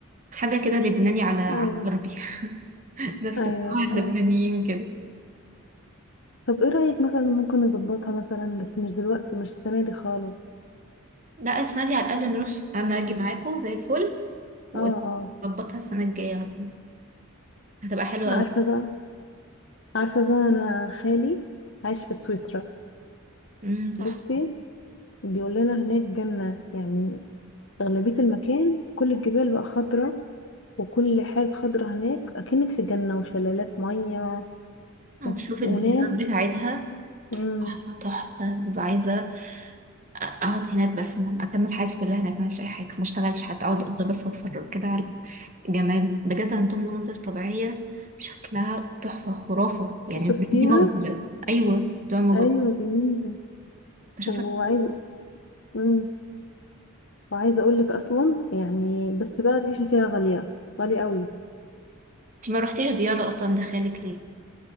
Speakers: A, on the right (about 35°); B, on the left (about 60°).
A: حاجة كده لبناني على على
B: ايوه
A: غربي <laughs> نفس
B: ايوه
A: الطباع اللبنانيين
B: مم.
A: كده
B: طب ايه رايك مثلا ممكن نظبطها مثلا بس مش دلوقتي مش السنه دي خالص
A: لا السنة دي على الأقل نروح أنا أجي معاكم زي الفل وأظبطها
B: اه اه
A: السنة الجاية مثلا هتبقى حلوة
B: عارفه
A: أوي
B: بقى عارفه بقى انا خالي عايش في سويسرا
A: امم تحفة
B: بصي بيقول لنا هناك جنه يعني اغلبيه المكان كل الجبال بقى خضره وكل حاجة خضرة هناك أكنك في جنة وشلالات مية و...
A: وشوف
B: وناس
A: الفيديوهات بتاعتها
B: مم.
A: تحفة ببقى عايزة أقعد هناك بس ما- أكمل حياتي كلها هناك ما أعملش أي حاجة ما أشتغلش حتى أقعد
B: <laughs>
A: أفضل بس وأتفرج كده على جمال بجد عندهم مناظر طبيعية شكلها تحفة خرافة يعني
B: شفتيها
A: ازاي دي موجودة أيوة دي موجودة
B: أيوة جميلة
A: بشوفك
B: وعايزة مم. وعايزة أقول لك أصلا يعني بس بقى العيشة فيها غالية غالية قوي
A: أنت ما رحتيش زيارة أصلا لخالك ليه؟